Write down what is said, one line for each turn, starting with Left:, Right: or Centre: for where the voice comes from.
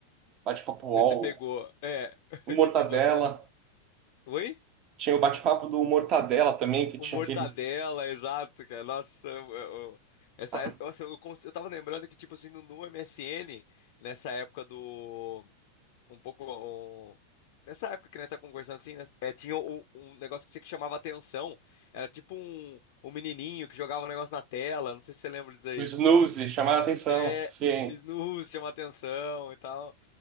Right: Bate-papo UOL,
Left: sei se você pegou. É, <laughs>
Right: o Mortadela.
Left: que tinha um bate-papo. Oi?
Right: Tinha o bate-papo do Mortadela também, que
Left: O
Right: tinha
Left: Mortadela,
Right: aqueles.
Left: exato, cara. Nossa, eu, eu- essa,
Right: Ah,
Left: nossa, eu, cons- eu tava lembrando que, tipo assim, no, no MSN, nessa época do. Um pouco. um- nessa época que a gente tá conversando assim, né, é, tinha o- um negócio que você que chamava atenção. Era tipo um, um menininho que jogava um negócio na tela. Não sei se você lembra disso aí.
Right: o Snooze, chamaram a atenção.
Left: É,
Right: Sim,
Left: snooze chama atenção e tal.